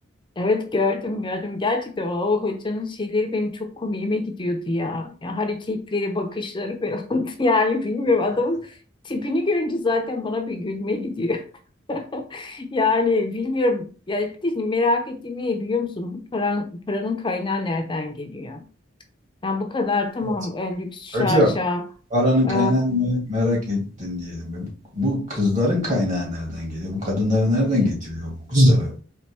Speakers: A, on the left (about 25°); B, on the right (about 40°).
A: Evet gördüm gördüm. Gerçekten o hocanın şeyleri benim çok komiğime gidiyordu ya. Ya hareketleri, bakışları falan. <laughs> Yani bilmiyorum adamın tipini görünce zaten bana bir gülme gidiyor. <laughs> Yani bilmiyorum. Ya bir de şimdi merak ettiğim ne biliyor musun? Bu paran, paranın kaynağı nereden geliyor? Yani bu kadar tamam
B: <laughs>
A: e, lüks şaşa.
B: Hacı Paranın kaynağını
A: e,
B: me- merak ettin diyelim. Bu bu kızların kaynağı nereden geliyor? Bu kadınları nereden
A: e,
B: getiriyor bu kızları?